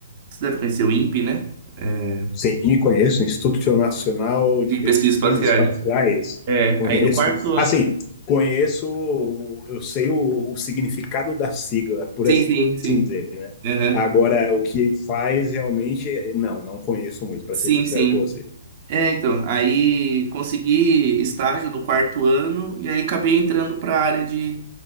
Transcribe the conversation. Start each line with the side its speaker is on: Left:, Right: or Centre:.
Right: você deve conhecer o INPE, né? É,
Left: Sim, conheço, Instituto Nacional de
Right: de
Left: Pesquisas
Right: pesquisas espaciais.
Left: Espaciais.
Right: É,
Left: Conheço.
Right: aí no quarto ano.
Left: Assim, conheço, eu sei o, o significado da sigla, por
Right: Sim,
Left: assim
Right: sim, sim.
Left: dizer, né?
Right: Aham.
Left: Agora, o que ele faz realmente, eh, não, não conheço muito, para
Right: Sim,
Left: ser sincero
Right: sim.
Left: com você.
Right: É, então, aí consegui estágio no quarto ano e aí acabei entrando para a área de